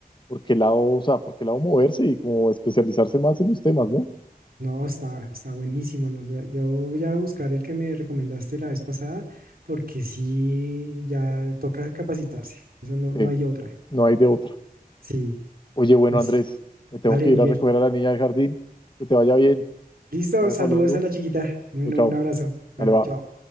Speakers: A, on the left; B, on the right.
A: por qué lado, o sea, por qué lado moverse y como especializarse más en los temas, ¿no?
B: No, está, está buenísimo, ¿no? Ya- Yo voy a buscar el que me recomendaste la vez pasada, porque sí, ya toca capacitarse. Eso no, no
A: Sí,
B: hay otra.
A: no hay de otra.
B: Sí,
A: Oye, bueno,
B: pues
A: Andrés,
B: sí.
A: me tengo
B: Vale,
A: que
B: Miguel.
A: ir a recoger a la niña del jardín. Que te vaya bien.
B: Listo,
A: Estamos
B: saludos
A: hablando.
B: a la chiquita. Bueno,
A: Chao, chao.
B: un abrazo. Bueno,
A: Dale, va.
B: chao.